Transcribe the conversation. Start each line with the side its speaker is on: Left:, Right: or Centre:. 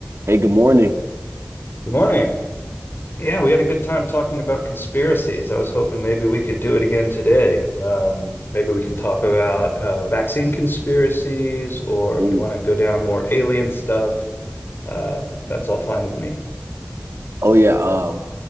Right: Hey, good morning.
Left: Good morning. Yeah, we had a good time talking about conspiracies. I was hoping maybe we could do it again today. Um, maybe we can talk about uh, vaccine conspiracies, or
Right: Ooh.
Left: if you want to go down more alien stuff, um, that's all fine with me.
Right: Oh yeah, um,